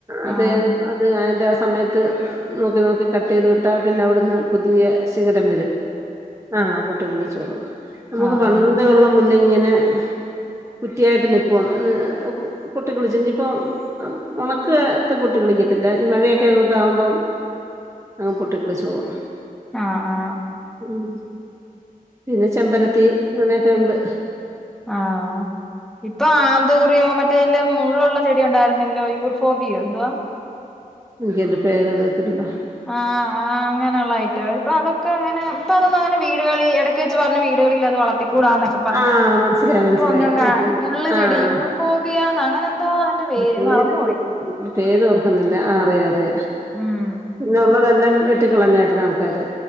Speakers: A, on the right; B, in the centre.
A: അതെ
B: ആഹ്
A: ത് അതിന്റെ സമയത്ത് നോക്കി നോക്കി കട്ട് ചെയ്ത് വിട്ടാ പിന്നെ അവിടുന്ന് പുതിയെ- സികരം വരും ആഹ് പൊട്ടി മുളച്ചോളും നമുക്ക്
B: ആഹ്
A: പണ്ടെ
B: ആഹ്
A: ഉള്ള മുല്ല ഇങ്ങനെ കുറ്റിയായിട്ട് നി <unintelligible> പൊട്ടി കളിച്ച്. ഇഞ്ഞ്പ്പം ഉണക്ക് ത്ത് <unintelligible> കളിക്കത്തില്ലെ ഈ മഴയൊക്കെ അങ്ങോട്ട ആകുമ്പം ആഹ് പൊട്ടിക്കളിച്ചോളും
B: ആഹ് ആഹ്
A: ഉം പിന്നെ ചെമ്പരത്തി അങ്ങനെയൊക്കെ ഉണ്ട്
B: ആഹ് ഇപ്പൊ ആന്തോറിയോ മറ്റേതിലെ മുള്ളുള്ള ചെടി ഉണ്ടായിരുന്നല്ലോ യൂർഫോബിയോ എന്തുവാ
A: എനിക്ക് അതിന്റെ പേര് അറിയത്തില്ല
B: ആഹ് ആഹ് അങ്ങ നെയുള്ള ഐറ്റം ഇപ്പോ അതൊക്കെ അങ്ങനെ ഇപ്പോ അതൊന്നും അങ്ങനെ വീടുകളിൽ ഇടക്ക് വെച്ച് പറഞ്ഞു വീടുകളിൽ അത് വളർത്തികൂടാ എന്ന് പറ പറഞ്ഞു
A: ആഹ് മനസ്സിലായി മനസ്സിലായി
B: ഇപ്പോ ഒന്നും കാണാ
A: ആഹ് ശരി
B: മുള്ള് ചെടി
A: ആഹ്
B: യൂർഫോബിയ അങ്ങനെ എന്തോ അതിന്റെ പേര്
A: പേര്
B: മറന്നുപോയി
A: <unintelligible> പേര് ഓർക്കുന്നില്ല അതെ അതെ
B: ഉം
A: പിന്നെള്ളതെല്ലാം വെ ട്ടിക്കളഞ്ഞായിരുന്ന ആൾക്കാര്